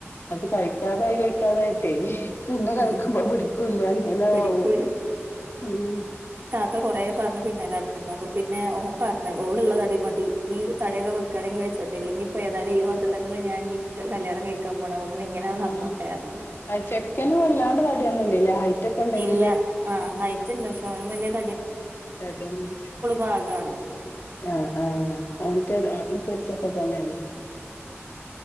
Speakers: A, on the left; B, on the right.
A: അത് കഴിക്കാതായി കഴിക്കാതായിട്ടേ ഹ് പിന്നെ കഴിക്കുമ്പോ
B: ഉം
A: പിടിക്കൂല്ല ഇങ്ങനെ
B: പിടിക്കൂല
A: ആവും ഊം
B: ഇത്ത കൊറേ പറഞ്ഞ് പിന്നാലെ നടക്കണ്ട അപ്പൊ പിന്നെ ഓൻ പറഞ്ഞ ഓളുള്ള തടി മതി നീ തടിയൊക്കെ വെക്കാനേ ചൊട്ടീല്ലെങ്കി ഇപ്പ ഏതായാലും ഈ കോലത്തീ തന്നെല്ലേ ഞാൻ ഈ ക കല്യാണം കഴി കമണവാളന് ഇങ്ങനെയങ്ങ് നടന്നോട്ടേര്ന്ന്
A: ആഹ് ആ ചെക്കന് വല്ലാണ്ട് തടിയൊന്നുല്ലല്ലേ ഹൈറ്റ് ഒക്കെ ഉണ്ടെങ്കിലും
B: ഇല്ല ആ ഹൈറ്റ് ഇണ്ടാ <unintelligible>
A: തടിയൊന്നുല്ലേ
B: പാകാണ്
A: ആ ആ ഓന്റ ഹൈ അനുസരിച്ചൊക്കെ തന്നെ